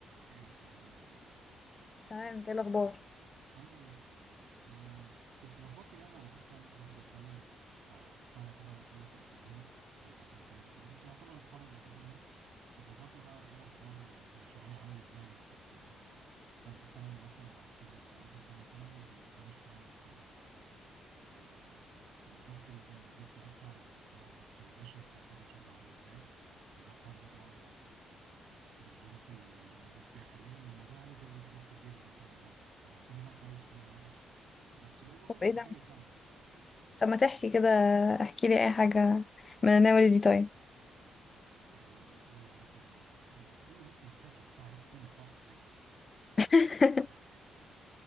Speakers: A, on the right; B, on the left.
A: ايه يا اسطى عامل ايه؟
B: تمام انت ايه الاخبار
A: الحمد لله آه كنت بفكر يعني على اساس يعني الواحد قدامه بتاع سنه كده ويخلص الاكاديمي ويبقى في امتياز وكده بس يعتبر اتخرج الى حد ما كنت بفكر بقى ايه اخبار يعني كان شعوري عامل ازاي لما كنت في ثالثه ثانوي مثلا او في تانية في اواخر تانية ثانوي وقدامي شويه واتخرج آه والضغط اللي كان موجود ساعتها وبتاع والترانزيشن ساعتها كان شكله عامل ازاي وبقارنه بقى بالظروف الموجود فيها حاليا والموضوع يعني جاب ذكريات كتير من وقت المدرسة آه، في منها كويس في منها وحش بس الأوفرول
B: طب
A: كان
B: ايه ده
A: كويس يعني
B: طب ما تحكي كده احكي لي اي حاجه من الميموريز دي طيب
A: آه، إيه مثلا آه، إيه اللي ممكن يتحكي اللي في حاجات كتير ما ينفعش تتحكي
B: <laughs>
A: آه،